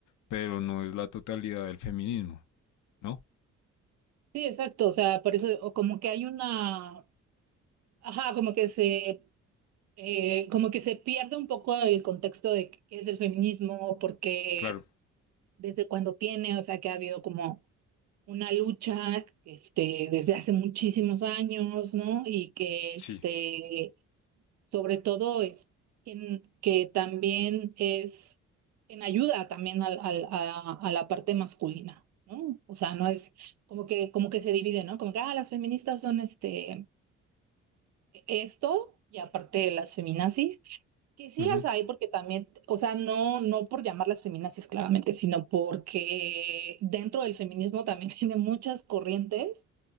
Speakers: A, on the left; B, on the right.
A: pero no es la totalidad del feminismo, ¿no?
B: sí, exacto, o sea, por eso o como que hay una, ajá, como que se, eh, como que se pierde un poco el contexto de qué es el feminismo, porque
A: Claro,
B: desde cuando tiene, o sea, que ha habido como una lucha, este, desde hace muchísimos años, ¿no? Y que,
A: sí.
B: este, sobre todo es en- que también es en ayuda también al- al- a, a la parte masculina, ¿no? O sea, no es como que, como que se divide, ¿no? Como que, ah, las feministas son este, esto, y aparte las feminazis, que sí
A: Ujú,
B: las hay porque también, o sea, no, no por llamarlas feminazis claramente, sino porque dentro del feminismo también <laughs> tiene muchas corrientes